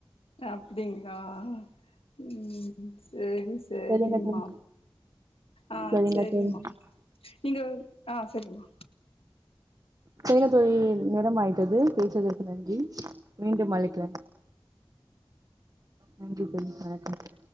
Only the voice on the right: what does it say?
சரிங்க
தோழி
சரிங்க
தோழி
செரிங்க தோழி நேரமாயிட்டது பேசதுக்கு நன்றி மீண்டும் அழைக்கிறே நன்றிங்க சார் வணக்க